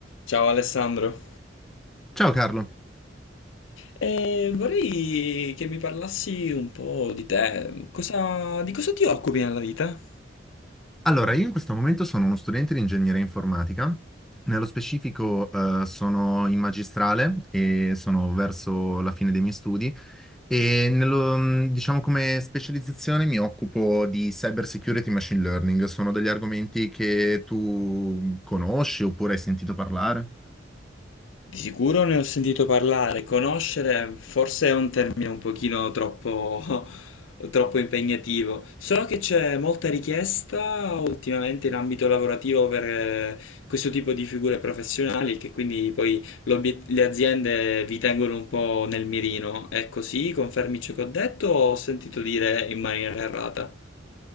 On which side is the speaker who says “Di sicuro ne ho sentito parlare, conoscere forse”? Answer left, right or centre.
Left